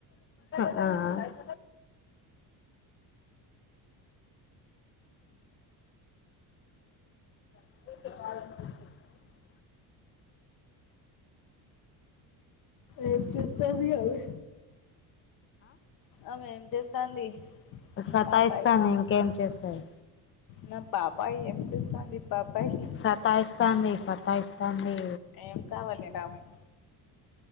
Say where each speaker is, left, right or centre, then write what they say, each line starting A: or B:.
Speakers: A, on the left; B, on the left.
A: ఆ ఎందుకు <inaudible>
B: ఏం చేస్తాంది ఆమె. ఆమె ఏం చేస్తాంది?
A: సతా
B: పాపాయి
A: ఇస్తాంది ఇంకేం చేస్తది.
B: నా పాపాయి ఏం చేస్తాంది పాపాయి.
A: సతాయిస్తాంది సతాయిస్తాంది
B: ఏం కావాలి అట ఆమెకి.